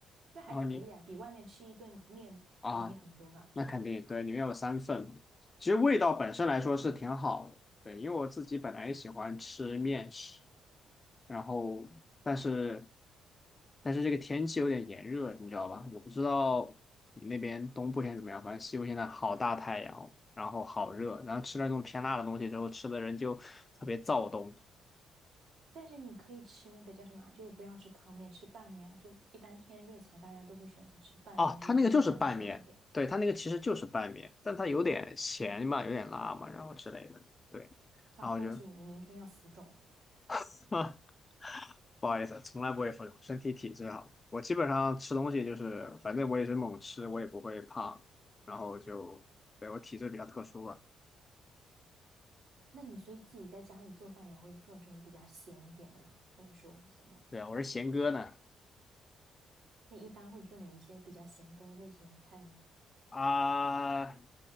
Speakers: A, on the right; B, on the left.
A: 那还可以啊，
B: 然后你。
A: 比外面吃一顿面便宜很多吧。
B: 啊，那肯定，对，里面有三份嘛其实味道本身来说是挺好的，对，因为我自己本来也喜欢吃面食，然后但是但是这个天气有点炎热，你知道吧？我不知道你那边东部现在怎么样，反正西部现在好大太阳，然后好热，然后吃了那种偏辣的东西之后，吃的人就特别躁动。
A: 但是你可以吃那个叫什么啊就是不要吃汤面，吃拌面啊。就一般天热起来，大家都会选择吃拌面，
B: 哦，
A: 就是这种干爽一点
B: 它那个就是拌面，对，它那个其实就是拌面，但它有点咸嘛，有点辣嘛，然后之类的。对。
A: 啊。
B: 然后就
A: 恭喜你，你明天要浮肿了。
B: <laughs> 啊，不好意思，从来不会服用，身体体质好。我基本上吃东西就是，反正我也是猛吃，我也不会胖，然后就，对，我体质比较特殊吧。
A: 那你所以自己在家里做饭也会做这种比较咸一点的吗？还是说是什么？
B: 对，啊，我是贤哥呢。
A: 那一般会做哪一些比较咸鸽类型的菜呢？
B: 啊，